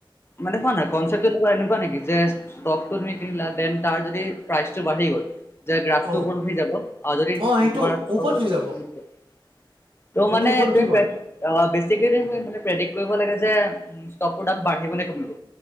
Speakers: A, on the left; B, on the right.
A: মানে কোৱা না কনচেপটো তোমাৰ এনেকুৱা নেকি যে ষ্ট তুমি কিনিলা দেন তাৰ যদি প্ৰাইচটো বাঢ়ি গ'ল যে গ্ৰাফটো
B: অ
A: ওপৰত উঠি যাব আৰু যদি
B: অ সেইটো
A: তোমাৰ
B: ওপৰত
A: ত'
B: উঠি যাব সেইটো
A: মানে
B: ওপৰত
A: তুমি
B: উঠিবই
A: প্ৰে অ বেছিকেমানে প্ৰেডিক কৰিব লাগে যে ষ্টকতোৰ দাম বাঢ়িব নে কমিব